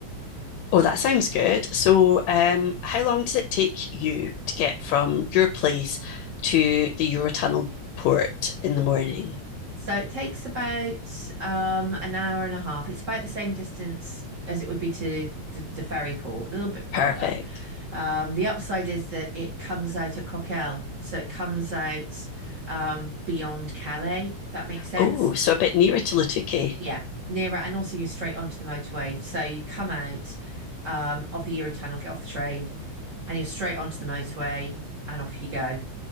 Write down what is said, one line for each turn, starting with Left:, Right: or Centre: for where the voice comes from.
Left: Oh, that sounds good. So, um, how long does it take you to get from your place to the Eurotunnel port in the morning?
Right: So it takes about um, an hour and a half. It's about the same distance as it would be to the, the ferry port, a little bit farther.
Left: Perfect.
Right: Um, the upside is that it comes out at Coquelles, so it comes out um, beyond Calais, if that makes sense.
Left: Oh, so a bit nearer to Lutuke.
Right: Yeah, nearer, and also you're straight onto the motorway. So you come out um, of the Eurotunnel, get off the train, and you're straight onto the motorway, and off you go.